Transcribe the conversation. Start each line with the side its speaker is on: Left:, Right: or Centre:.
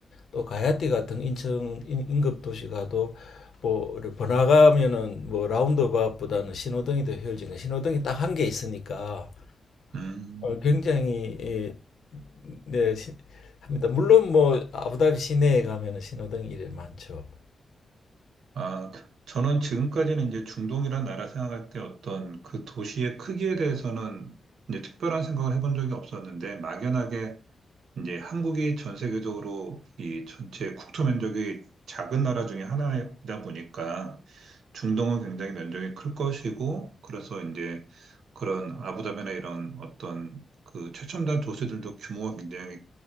Left: 또 가야띠 같은 인천 인- 인접 도시 가도 뭐 이렇게 번화가면은 뭐 라운드바웃보다는 신호등이 더 효율적인 신호등이 딱 한 개 있으니까
Right: 음.
Left: 어, 굉장히 예, 네 시- 합니다. 물론 뭐 아부다비 시내에 가면 신호등 이래 많죠.
Right: 아, 저는 지금까지는 이제 중동이란 나라 생각할 때 어떤 그 도시의 크기에 대해서는 이제 특별한 생각을 해본 적이 없었는데 막연하게 이제 한국이 전 세계적으로 이 전체 국토 면적이 작은 나라 중에 하나이다 보니까 중동은 굉장히 면적이 클 것이고 그래서 이제 그런 아부다비나 이런 어떤 그 최첨단 도시들도 규모가 굉장히